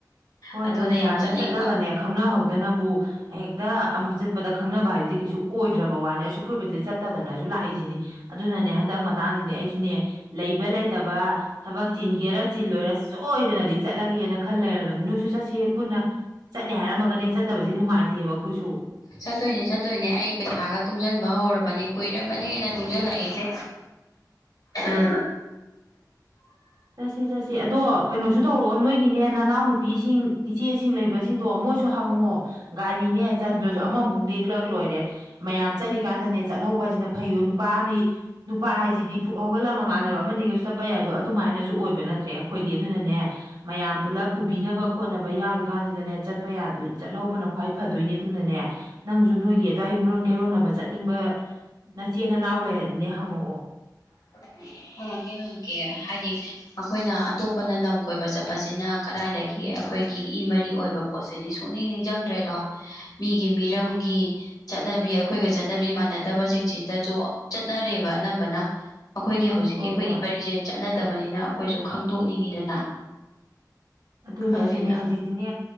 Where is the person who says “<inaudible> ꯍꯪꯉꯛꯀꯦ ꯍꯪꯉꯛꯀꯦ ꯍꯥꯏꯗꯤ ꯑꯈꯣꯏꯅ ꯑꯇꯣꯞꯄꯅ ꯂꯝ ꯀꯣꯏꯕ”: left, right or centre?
Left